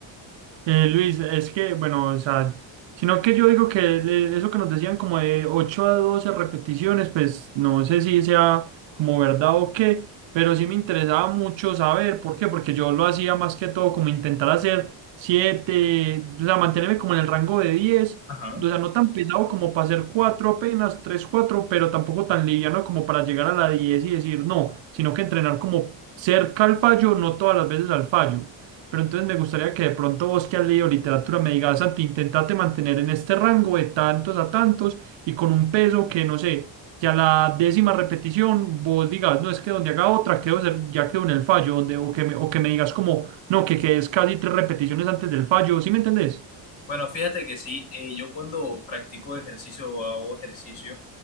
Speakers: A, on the right (about 65°); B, on the left (about 70°).
A: Eh, Luis, es que, bueno, o sea, sino que yo digo que le- eso que nos decían como de 8 a 12 repeticiones, pues no sé si sea como verdad o qué, pero sí me interesaba mucho saber por qué, porque yo lo hacía más que todo como intentar hacer 7, o sea, mantenerme como en el rango de 10,
B: Ajá.
A: o sea, no tan pesado como para hacer 4 apenas, 3 4, pero tampoco tan liviano como para llegar a la 10 y decir no, sino que entrenar como cerca al fallo, no todas las veces al fallo. Pero entonces me gustaría que de pronto vos que has leído literatura me digas, Santi, intentate mantener en este rango de tantos a tantos y con un peso que no sé, que a la décima repetición vos digas, no es que donde haga otra quedo, cer- ya quedo en el fallo, donde, o que me, o que me digas como, no, que quedes casi tres repeticiones antes del fallo, ¿sí me entendés?
B: Bueno, fíjate que sí, eh, yo cuando practico ejercicio o hago ejercicio,